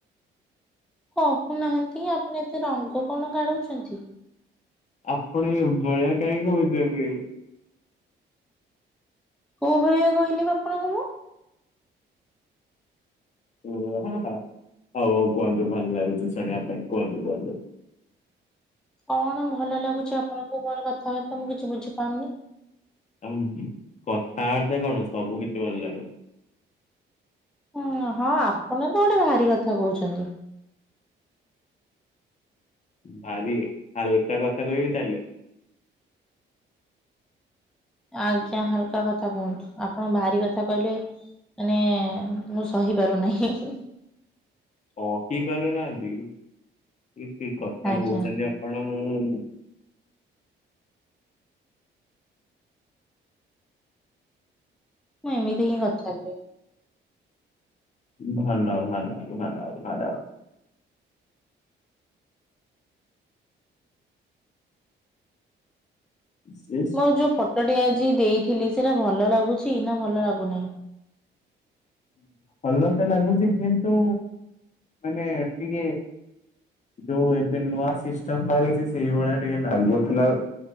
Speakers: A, in the centre; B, on the left (about 35°).
A: କହୁନାହାଁନ୍ତି ଆପଣ ଏତେ ରଙ୍ଗ କଣ କାଢୁଛନ୍ତି?
B: ଆପଣ ଏଇ ଭଳିଆ କାହିଁକି କହୁଛନ୍ତି?
A: କୋଉ ଭଳିଆ କହିଲି ବା ଆପଣଙ୍କୁ ମୁଁ?
B: ଓଃ ହା ହା ହଉ ହଉ କୁହନ୍ତୁ ଭଲ ଲାଗୁଚି ଶୁଣିବା ପାଇଁ କୁହନ୍ତୁ କୁହନ୍ତୁ।
A: କଣ ଭଲ ଲାଗୁଚି ଆପଣଙ୍କୁ ମୋର କଥାବାର୍ତ୍ତା। ମୁଁ କିଛି ବୁଝିପାରୁନି?
B: ନା ମ କଥାବାର୍ତ୍ତା କଣ ସବୁ କିଛି ଭଲ ଲାଗେ।
A: ହୁଁ ହଁ ଆପଣ ତ ଗୋଟେ ଭାରି କଥା କହୁଚନ୍ତି।
B: ଭାରି ହାଲ୍କା କଥା କହିବି ତାହେଲେ?
A: ଆଜ୍ଞା ହାଲ୍କା କଥା କୁହନ୍ତୁ। ଆପଣ ଭାରି କଥା କହିଲେ ମାନେ ମୁଁ ସହି ପାରୁନାହିଁ। ହିଁ ହିଁ ହିଁ
B: ସାହୁ ପାରୁନାହାଁନ୍ତି ଏ କି କଥା
A: ଆଜ୍ଞା
B: କହୁଚନ୍ତି ଆପଣ ମୁଁ?
A: ନାଇଁ ମୁଁ ଏମିତି ହିଁ କଥା ହେବି
B: ଭଲ ଭଲ ଭଲ ଭଲ। ସେ
A: ମୋର ଯୋଉ ଫଟୋଟି ଆଜି ଦେଇଥିଲି ସେଇଟା ଭଲ ଲାଗୁଚି ନା ଭଲ ଲାଗୁନାହିଁ?
B: ଭଲ ତ ଲାଗୁଚି କିନ୍ତୁ ମାନେ ଟିକେ ଯୋଉ ଏବେ ନୂଆ ସିଷ୍ଟମ ବାହାରିଚି ସେଇଭଳିଆ ଟିକେ ଲାଗୁଥିଲା।